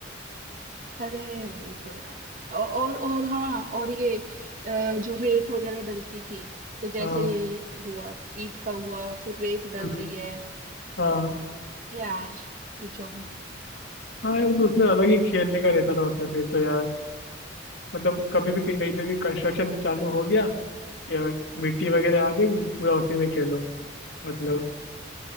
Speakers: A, on the right; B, on the left.
A: अरे वही तो यार औ- और और हाँ और ये अ, जो रेत वगैरह डलती थी तो जैसे
B: हाँ
A: ये हुआ ईंट का हुआ फिर रेत डल
B: हम्म,
A: रही है
B: हाँ
A: यार पूछो मत
B: हाँ यार, मतलब उसमें अलग ही खेलने का रहता था उसमें फिर तो यार मतलब कभी भी कहीं पे भी कंस्ट्रक्शन चालू हो गया या मिट्टी वगैरह आ गई पूरा उसी में खेलो मतलब